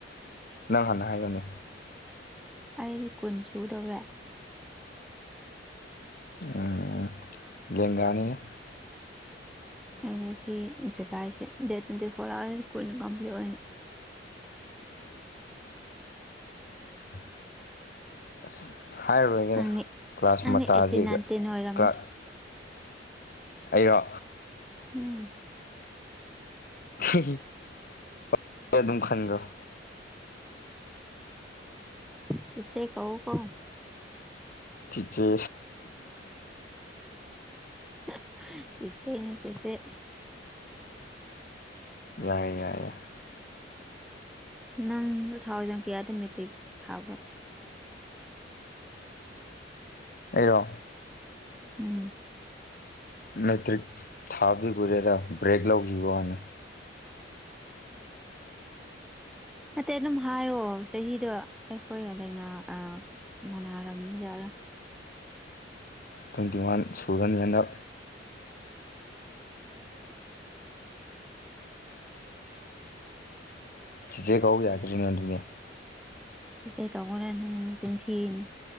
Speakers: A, on the left; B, in the centre.
A: ꯅꯪ ꯍꯥꯟꯅ ꯍꯥꯏꯌꯨꯅꯦ
B: ꯑꯩꯗꯤ ꯀꯨꯟ ꯁꯨꯗꯧꯔꯦ
A: ꯑꯥ ꯂꯦꯡꯒꯅꯤꯅꯦ
B: <unintelligible>
A: <unintelligible> ꯍꯥꯏꯨꯔꯔꯣꯏꯒꯦꯗ
B: ꯅꯪꯗꯤ
A: ꯀ꯭ꯂꯥꯁ
B: ꯅꯪꯗꯤ
A: ꯃꯇꯖꯤꯒ
B: ꯑꯩꯠꯇꯤꯟ ꯅꯥꯏꯟꯇꯤꯟ ꯑꯣꯏꯔꯝꯅꯤ
A: ꯀ꯭ꯂꯥꯁ ꯑꯩꯔꯣ
B: ꯎꯝ꯫
A: <unintelligible> ꯑꯗꯨꯝ ꯈꯟꯈ꯭ꯔꯣ
B: ꯆꯦꯆꯦ ꯀꯧ ꯀꯣ
A: ꯆꯤꯆꯦ
B: <unintelligible> ꯆꯦꯆꯦꯅꯦ ꯆꯦꯆꯦ
A: ꯌꯥꯏꯌꯦ ꯌꯥꯏꯌꯦ ꯌꯥꯏ
B: ꯅꯪ ꯇꯨ ꯊꯥꯎꯖꯟ ꯀꯌꯥꯗ ꯃꯦꯇ꯭ꯔꯤꯛ ꯊꯥꯕ꯭ꯔꯣ
A: ꯑꯩꯔꯣ
B: ꯎꯝ
A: ꯃꯦꯇ꯭ꯔꯤꯛ ꯊꯥꯕꯗꯤ ꯀꯨꯏꯔꯦꯗ ꯕ꯭ꯔꯦꯛ ꯂꯧꯧꯕꯈꯤꯕ ꯋꯥꯅꯤ
B: <unintelligible> ꯅꯠꯇꯦ ꯑꯗꯨꯝ ꯍꯥꯏꯌꯣ ꯆꯍꯤꯗꯣ ꯑꯩꯈꯣꯏꯒ ꯂꯥꯏꯅꯥ ꯃꯅꯥꯔꯝꯕ ꯖꯥꯠꯂ
A: ꯇ꯭ꯋꯦꯟꯇꯤ ꯋꯥꯟ ꯁꯨꯔꯅꯤ ꯍꯥꯏꯅ
B: <unintelligible>
A: ꯆꯤꯆꯦ ꯀꯥꯎ ꯌꯥꯗ꯭ꯔꯤꯅꯦ ꯑꯗꯨꯅꯦ
B: ꯏꯁꯦꯏ ꯇꯧꯈ꯭ꯔꯦ ꯅꯪ ꯆꯤꯟ ꯊꯤꯅꯦ